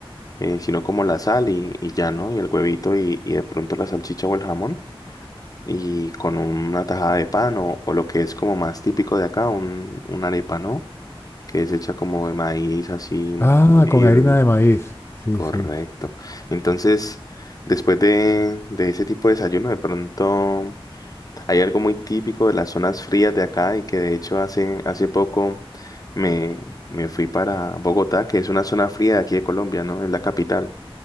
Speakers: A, on the left (about 40°); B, on the left (about 25°).
A: eh, sino como la sal y, y ya, ¿no? Y el huevito y, y de pronto la salchicha o el jamón y con una tajada de pan o, o lo que es como más típico de acá, un, una arepa, ¿no? Que es hecha como de maíz así
B: Ah,
A: molido
B: con harina
A: y...
B: de maíz. Sí,
A: Correcto.
B: sí.
A: Entonces, después de, de ese tipo de desayuno, de pronto hay algo muy típico de las zonas frías de acá y que de hecho hace, hace poco me, me fui para Bogotá, que es una zona fría de aquí de Colombia, ¿no? Es la capital.